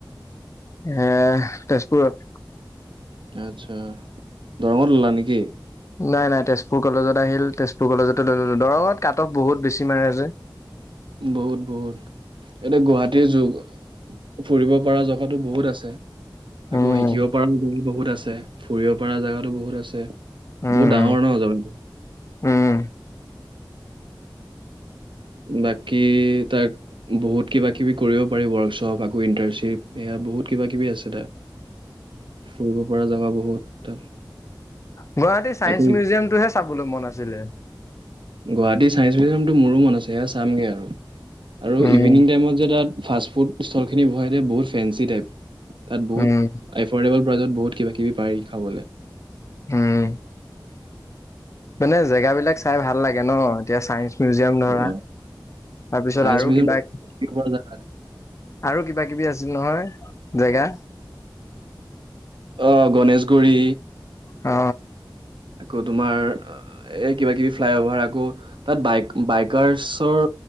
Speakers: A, on the left; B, on the right.
A: এ তেজপুৰত।
B: আচ্ছা দৰঙত ললা নেকি?
A: নাই নাই তেজপুৰ কলেজত। আহিল। তেজপুৰ কলেজতে লৈ ললোঁ। দৰঙত কাটঅফ বহুত বেছি মাৰেযে
B: বহুত বহুত এতিয়া গুৱাহাটীৰ যু ফুৰিব পৰা জগাটো বহুত আছে।
A: উম
B: আকৌ শিকিব পাৰো বহুত আছে। ফুৰিব পৰাাল জেগাতো বহুত আছে বহুত
A: উম উম
B: ডাঙৰ ন জাগাটো
A: উম।
B: বাকী তাক বহুত কিবা কিবি কৰিব পাৰি ৱৰ্কশ্বপ আকৌ ইণ্টাৰ্ণশ্বিপ সেয়া বহুত কিবা কিবি আছে তাত, ফুৰিব পৰা জেগা বহুত তাত।
A: গুৱাহাটীৰ ছাইেন্ঞ্চ
B: আকৌ
A: মিউজিয়ামটোহে চাবলৈ মন আছিলে।
B: গুৱাহাটী ছাইন্ঞ্চ মিউজিয়ামতটো মোৰো মন আছে সেয়া চামগে আৰু। আৰু
A: উম
B: ইভিনিং টাইমত যে তাত ফাষ্টফুড ষ্টলখিনি বহাইজে বহুত ফেঞ্চি টাইপ। তাত বহুত
A: উম
B: এফৰ্ডেবুল প্ৰাইজত বহুত কিবা কিবি পাৰি খাবলৈ।
A: উম মানে জেগাাবিলাক চাই ভাল লাগে ন এতিয়া চাই মিউজিয়াম ধৰা
B: অ,
A: তাৰপিছত
B: চায়েন্স
A: আৰু
B: মিউজিয়ামটো
A: কিবা
B: পৰা জাগাত
A: আৰু কিবা কিবি আছিল নহয় জেগা
B: অ গণেশগুৰি
A: অ
B: আকৌ তোমাৰ। এ কিবা কিবি ফ্লাইঅভাৰ আ কৌ তাত বাই বাইকাৰছৰ